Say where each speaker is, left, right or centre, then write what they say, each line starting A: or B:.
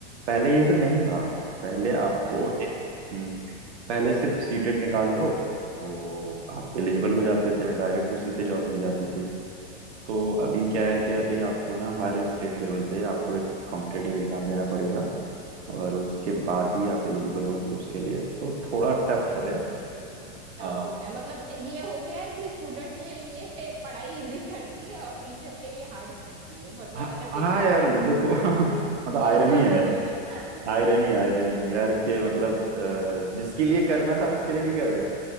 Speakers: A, on the right (about 75°); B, on the right (about 15°).
A: पहले ये सब नहीं था
B: अच्छा
A: पहले आपको
B: पहले नहीं
A: एक
B: था
A: हम्म पहले सिर्फ सीटेट निकाल लो तो आप एलिजिबल
B: हम्म।
A: हो जाते थे डायरेक्ट उसी से जॉब मिल जाती थी तो अभी क्या है कि अभी आपको ना हर स्टेट लेवल पे आपको एक कॉम्पिटिटिव एग्जाम देना पड़ेगा और उसके बाद ही आप एलिजिबल होंगे उसके लिए तो थोड़ा टफ
B: अच्छा
A: है
B: टीचिंग के लिए
A: हाँ
B: टफ हो गया मतलब ये हो गया है कि स्टूडेंट के लिए <laughs> पढ़ाई इजी कर दी है और टीचर के लिए हार्ड कर दी है मतलब
A: हाँ
B: अगर देखा
A: हाँ यार
B: जाए तो
A: देखो <laughs> मतलब
B: <laughs> यही
A: आयरनी
B: बात
A: है
B: हो गई है ना
A: आयरनी आयरनी यार के मतलब अ,
B: <laughs>
A: जिसके लिए करना था उसके लिए नहीं कर रहे